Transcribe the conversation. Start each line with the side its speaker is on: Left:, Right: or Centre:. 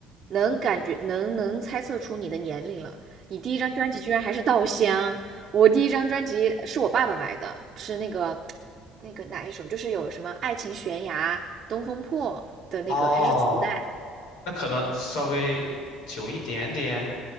Right: 能感觉能能猜测出你的年龄了。你第一张专辑居然还是《稻香》，我第一张专辑是我爸爸买的，是那个那个哪一首，就是有什么《爱情悬崖》《东风破》的那个，
Left: 哦，
Right: 还是磁带。
Left: 那可能稍微久一点点，